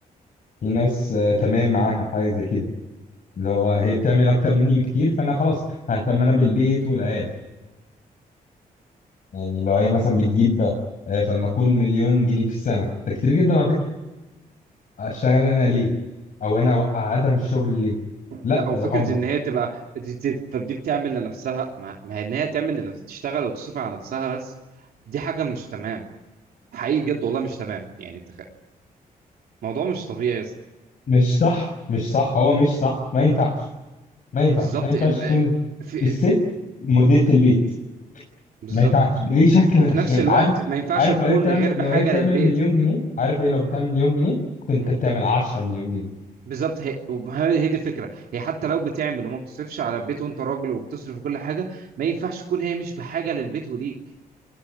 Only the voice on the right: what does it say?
لا وفكره
ان هي تبقى دي دي- طب دي بتعمل لنفسها ما ما هي ان هي تعمل لنفسها تشتغل وتصرف على نفسها بس دي حاجه مش تمام حقيقي بجد والله مش تمام يعني تخ... الموضوع مش طبيعي يا اسطى
بالظبط
ال...
في
بالظبط
وفي
نفس الوقت
ما ينفعش
تكون
غير بحاجه
للبيت
مم.
بالظبط هي وما هي هي دي الفكره هي حتى لو بتعمل وما بتصرفش على البيت وانت راجل وبتصرف كل حاجه ما ينفعش تكون هي مش بحاجه للبيت وليك